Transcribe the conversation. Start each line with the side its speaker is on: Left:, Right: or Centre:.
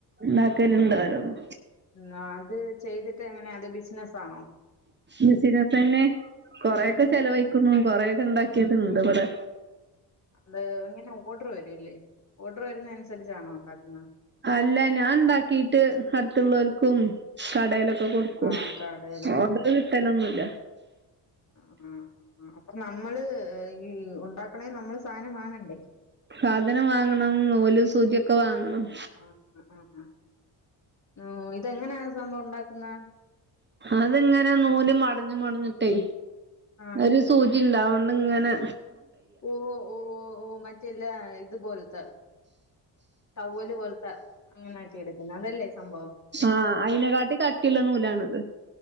Right: ഇണ്ടാക്കല്ണ്ട് ഓരോന്ന്
Left: ഉ അത് ചെയ്തിട്ട് എങ്ങനെ അത് ബിസിനസ് ആണോ
Right: ബിസിനസ് തന്നെ കൊറെ ഒക്കെ ചെലവയിക്കുണു കൊറെ ഒക്കെ ഉണ്ടാക്കിയത് ഇണ്ട് ഇവിടെ.
Left: അത് ഇങ്ങനെ ഓർഡർ വരൂല്ലേ ഓർഡർ വരുന്ന അനുസരിച്ചാണോ ഉണ്ടാക്കുന്നത്
Right: അല്ല ഞാൻ ഉണ്ടാക്കിട്ട് അടുത്തുള്ളവർക്കും കടയിലൊക്കെ കൊടു ക്കും
Left: ആഹ് കടയിലൊക്കെ
Right: ഓഡർ
Left: കൊടുക്കും.
Right: കിട്ടലൊന്നുല്ല
Left: ആഹ് ആ അപ്പൊ നമ്മള് ഈ ഉണ്ടാക്കണേ നമ്മള് സാധനം വാങ്ങണ്ടേ
Right: സാധനം വാങ്ങണം നൂലും സൂചിയൊക്കെ വാങ്ങണം
Left: ആ ഹ്ആ ന്ഇതെങ്ങനാ സംഭവം ഉണ്ടാക്കുന്നേ
Right: അത്ങ്ങനെ നൂല് മടഞ്ഞ് മടഞ്ഞിട്ടേ
Left: ആഹ്
Right: ഒരു സൂചി ഉണ്ടാവണ്ട് അതു കൊണ്ടിങ്ങനെ
Left: ഓ ഓ ഓ ഓ മറ്റെല്ലെ ഇതുപോലത്തെ ടൗവ്വല് പോലത്തെ അങ്ങനെ ആക്കി എടുക്കുന്നത് അതല്ലേ സംഭവം.
Right: ആഹ്അയിനെ കാട്ടിലും കട്ടിയുള്ള നൂലാണിത്